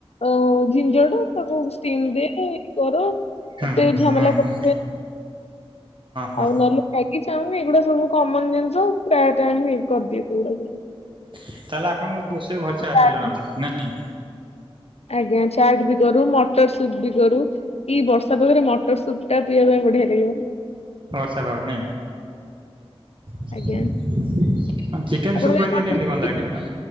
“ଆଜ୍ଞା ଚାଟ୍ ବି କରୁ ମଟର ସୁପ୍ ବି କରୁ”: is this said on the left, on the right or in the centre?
Left